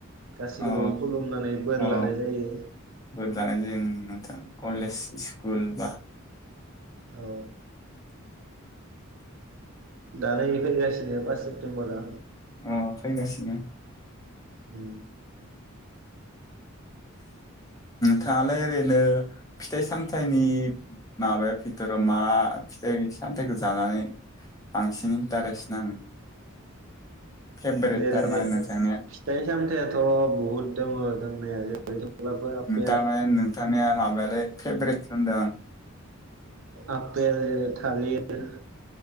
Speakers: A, on the right; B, on the left.
A: गासैखौबो
B: अ
A: खुलुमनानै बोर
B: अ
A: लानाय जायो
B: बोर लानाय जायो नोंथां कलेज स्कुल बा
A: औ दा नै फैगासिनो पास सेप्तेम्बरा
B: अ फैगासिनो उम
A: उम
B: थाङालै ओरैनो फिथाइ सामथाइनि माबाया बिथोराव मा फिथाइ सामथाइखौ जानानै बांसिन इन्टारेस्ट नाङो फेभरेट
A: जेरै
B: थारमाने नोंथांनिया
A: फिथाइ सामथाइयाथ बहुत दङ दंनाया जेरै थेवब्लाबो आपेल
B: तारमाने नोंथांनिया माबायालै फेभरेट थानदा
A: आपेल थालिर दे